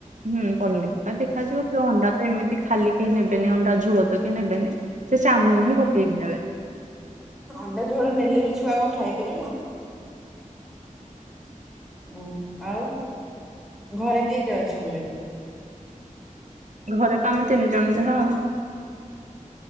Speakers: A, on the right; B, in the centre.
A: ହୁଁ ପନିରି ପକା ଦେଖାଯିବ କି ଅଣ୍ଡା ତ ଏମିତି ଖାଲି କେହି ନେବେନି ଅଣ୍ଡା ଝୁଳ ତ କେ ନେବେନି। ସେ ଚାମୁଚ
B: ଅଁ
A: ହିଁ ପକେଇକି ନେବେ
B: ଅଣ୍ଡା ଝୋଳ ନେଲେ ବି ଛୁଆ କଁ ଖାଇପାରିବେ ହୁଁ ଆଉ ଘରେ କିଏ କିଏ ଅଛନ୍ତି?
A: ଘରେ ତ ଆମେ ତିନି ଜଣ ଯାହା ଆଉ।